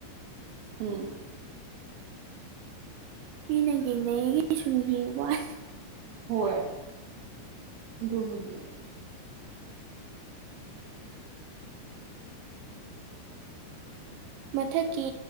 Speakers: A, on the right; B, on the right.
A: ꯍꯝ
B: ꯃꯤꯅ ꯌꯦꯡꯅꯩꯌꯦꯒꯤ ꯁꯨꯝ ꯌꯦꯡꯕ꯭ꯋꯥꯅꯤ
A: ꯍꯣꯏ ꯑꯗꯨꯕꯨꯗꯤ
B: ꯃꯊꯛꯀꯤ